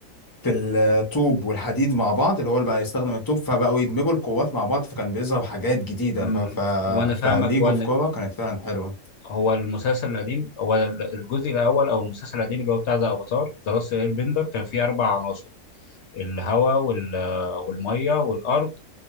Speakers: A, on the left; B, on the left.
A: في الطوب والحديد مع بعض اللي هو اللي بقى يستخدم الطوب فبقوا يدمجوا القوات مع بعض فكان بيظهر حاجات جديدة
B: امم
A: ف... ف...
B: وانا فاهمك
A: فليج
B: وانا
A: اوف كورة كانت فعلا حلوة
B: هو المسلسل القديم هو الجزء الاول او المسلسل القديم اللي هو بتاع ذا افاتار ذا لاست اير بندر كان فيه اربع عناصر الهواء وال والميه والارض